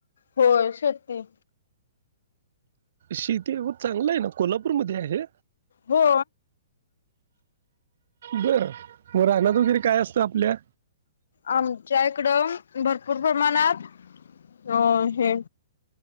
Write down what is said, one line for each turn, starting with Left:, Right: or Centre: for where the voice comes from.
Left: होय शेती
Right: शेती अहो चांगल आहे ना कोल्हापूर मध्ये आहे
Left: हो
Right: बर. मग रानात वगैरे काय असतं आपल्या
Left: आमच्या इकडं भरपूर प्रमाणात अ हे